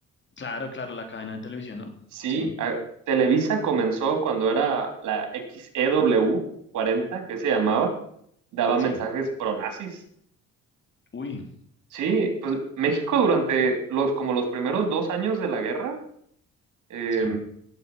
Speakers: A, on the left; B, on the right.
A: Claro, claro, la cadena de televisión, ¿no?
B: Sí,
A: Sí,
B: a- Televisa comenzó cuando era la XEW 40, que se llamaba, daba mensajes
A: sí.
B: pronazis.
A: Uy,
B: Sí, pues México durante los, como los primeros dos años de la guerra, eh,
A: sí.